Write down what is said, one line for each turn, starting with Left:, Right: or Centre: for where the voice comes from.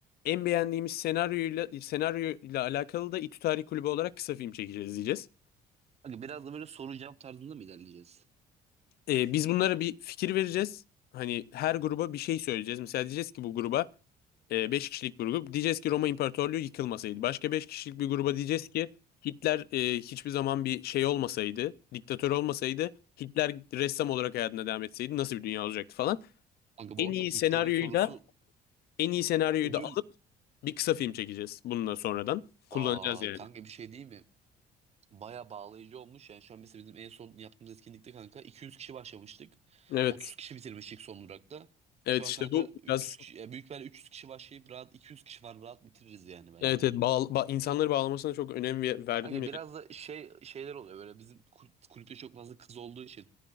Left: En beğendiğimiz senaryoyla senaryoyla alakalı da İTÜ Tarih Kulübü olarak kısa film çekeceğiz diyeceğiz.
Right: Kanka biraz da böyle soru cevap tarzında mı ilerleyeceğiz?
Left: E, biz bunlara bir fikir vereceğiz. Hani her gruba bir şey söyleyeceğiz. Mesela diyeceğiz ki bu gruba 5 kişilik bir grup. Diyeceğiz ki Roma İmparatorluğu yıkılmasaydı. Başka 5 kişilik bir gruba diyeceğiz ki Hitler e, hiçbir zaman bir şey olmasaydı, diktatör olmasaydı, Hitler ressam olarak hayatına devam etseydi nasıl bir dünya olacaktı falan.
Right: Kanka
Left: En
Right: bu arada
Left: iyi
Right: Hitler'in
Left: senaryoyu
Right: sorusu
Left: da en iyi senaryoyu
Right: ödül.
Left: da alıp bir kısa film çekeceğiz bununla sonradan. Kullanacağız
Right: Vay
Left: yani.
Right: kanka bir şey değil mi? Baya bağlayıcı olmuş. Yani şu an mesela bizim en son yaptığımız etkinlikte kanka 200 kişi başlamıştık.
Left: Evet.
Right: 30 kişi bitirmiştik son olarak da.
Left: Evet
Right: Şu
Left: işte
Right: an kanka
Left: bu
Right: 300
Left: biraz
Right: kişi, yani büyük ihtimalle 300 kişi başlayıp rahat 200 kişi var rahat bitiririz yani bence.
Left: evet, evet bağ, ba- insanları bağlamasına çok önem ve- verdim
Right: Kanka
Left: ya.
Right: biraz da şey şeyler oluyor böyle bizim kul- kulüpte çok fazla kız olduğu için.